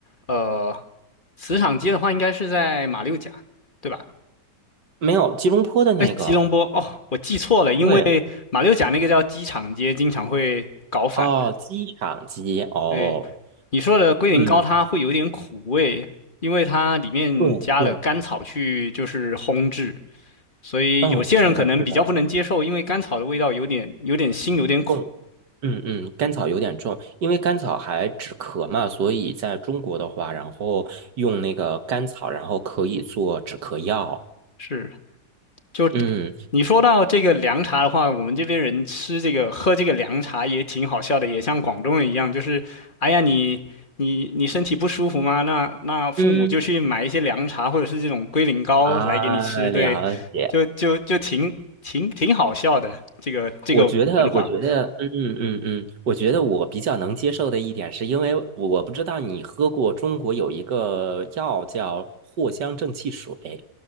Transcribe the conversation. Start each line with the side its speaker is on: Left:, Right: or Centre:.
Left: 呃，磁场街的话应该是在马六甲，对吧？
Right: 没有吉隆坡的那个，
Left: 哎，吉隆坡哦，我记错了，因为马六甲那个叫机场街，
Right: 对，
Left: 经常会搞反。
Right: 哦，机场街，哦，
Left: 对，你说的龟苓膏，
Right: 嗯。
Left: 它会有点苦味，因为它里面加了甘草去就是烘制，
Right: 对对
Left: 所以有些人可能比较不能接受，
Right: 嗯，是的，是的，
Left: 因为甘草的味道有点有点腥，有点苦。
Right: 重，嗯嗯，甘草有点重，因为甘草还止咳嘛，所以在中国的话，然后用那个甘草，然后可以做止咳药。
Left: 是。就
Right: 嗯
Left: 你说到这个凉茶的话，我们这边人吃这个喝这个凉茶也挺好笑的，也像广东人一样，就是哎呀你你你身体不舒服吗？那那父母就去买一些凉茶或者是这种龟苓膏来给你吃，
Right: 嗯啊，了解。
Left: 对，就就就挺挺挺好笑的这个这个文化。
Right: 我觉得，我觉得，嗯嗯嗯，我觉得我比较能接受的一点，是因为我不知道你喝过中国有一个药叫藿香正气水。